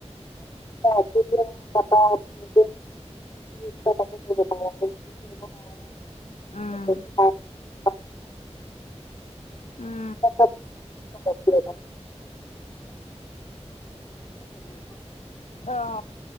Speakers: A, on the left; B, on the left.
A: <unintelligible> <unintelligible> <unintelligible>
B: উম উম
A: তাৰপিছত।
B: অ'